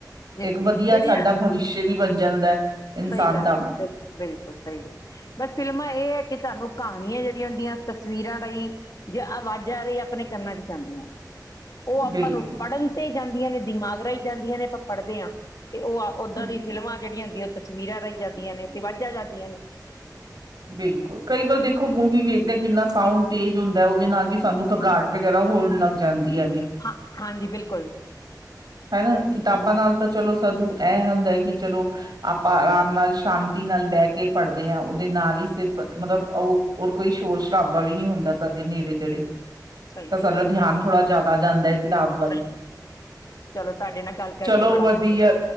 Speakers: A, on the left (about 55°); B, on the right (about 70°).
A: ਬਿਲਕੁਲ
B: ਇੱਕ ਵਧੀਆ
A: ਜਿਹੜੀਆਂ
B: ਸਾਡਾ ਭਵੀਸ਼ਯ ਵੀ ਬਣ ਜਾਂਦਾ। ਇਨਸਾਨ
A: ਸਹੀ ਗੱਲ
B: ਦਾ
A: ਹੈ, ਬਿਲਕੁਲ, ਬਿਲਕੁਲ ਸਹੀ ਗੱਲ ਐ ਬਸ ਫਿਲਮਾਂ ਇਹ ਹੈ ਕਿ, ਤੁਹਾਨੂੰ ਕਹਾਣੀਆਂ ਜਿਹੜੀਆਂ ਹੁੰਦੀਆਂ ਤਸਵੀਰਾਂ ਰਾਹੀ ਜੇ ਆਵਾਜ਼ਾਂ ਰਹੀ, ਆਪਣੇ ਕੰਨਾਂ'ਚ ਜਾਂਦੀਆਂ ਐ। ਉਹ ਆਪਾਂ
B: ਬਿਲਕੁਲ
A: ਨੂੰ ਪੜ੍ਹਨ ਤੇ ਜਾਂਦੀਆਂ ਨੇ, ਦਿਮਾਗ ਰਾਹੀਂ ਜਾਂਦੀਆਂ ਨੇ, ਆਪਾਂ ਪੜ੍ਹਦੇ ਹਾਂ, ਤੇ ਉਹ ਓਹਦਾਂ
B: ਹਮ
A: ਦੀ ਫਿਲਮਾਂ ਜਿਹੜੀਆਂ ਹੁੰਦੀਆਂ, ਉਹ ਤਸਵੀਰਾਂ ਰਾਹੀ ਜਾਂਦੀਆਂ ਨੇ, ਤੇ ਅਵਾਜ਼ਾ ਜਾਂਦੀਆਂ ਨੇ।
B: ਬਿਲਕੁਲ ਕਈ ਵਾਰ ਦੇਖੋ ਮੂਵੀ ਵੇਖਦੇ, ਕਿੰਨਾ ਸਾਊਂਡ ਤੇਜ਼ ਹੁੰਦਾ ਉਹਦੇ ਨਾਲ ਵੀ ਸਾਨੂੰ ਘਬਰਾਹਟ ਵਗ਼ੈਰਾ ਹੋਣ ਲੱਗ ਜਾਂਦੀ ਆ ਗੀ।
A: ਹਾਂ, ਹਾਂਜੀ, ਬਿਲਕੁਲ।
B: ਹੈਨਾ
A: ਸਹੀ
B: ਕਿਤਾਬਾਂ ਨਾਲ ਤਾਂ ਚਲੋ ਸਧੂ, ਐ ਹੁੰਦਾ ਹੈ ਕਿ ਚਲੋ ਆਪਾ ਅਰਾਮ ਨਾਲ ਸ਼ਾਂਤੀ ਨਾਲ ਬਹਿਕੇ ਪੜ੍ਹਦੇ ਹਾਂ, ਉਹਦੇ ਨਾਲ ਹੀ ਸਿਰਫ ਮਤਲਬ ਉਹ ਹੋਰ ਕੋਈ ਸ਼ੋਰ-ਸ਼ਰਾਬਾ ਵੀ ਨਹੀਂ ਹੁੰਦਾ, ਸਾਡੇ ਨੇੜੇ-ਤੇੜੇ।
A: ਸਹੀ
B: ਤਾ‌ ਸਾਡਾ
A: ਸਹੀ
B: ਧਿਆਨ ਥੋੜ੍ਹਾ ਜਿਆਦਾ ਜਾਂਦਾ ਹੈ ਕਿਤਾਬ ਵੱਲ
A: ਸਹੀ ਚਲੋ, ਤੁਹਾਡੇ ਨਾਲ ਗੱਲ ਕਰਕੇ
B: ਚਲੋ
A: ਬੜਾ
B: ਵਧੀਆ,
A: ਲੱਗਾ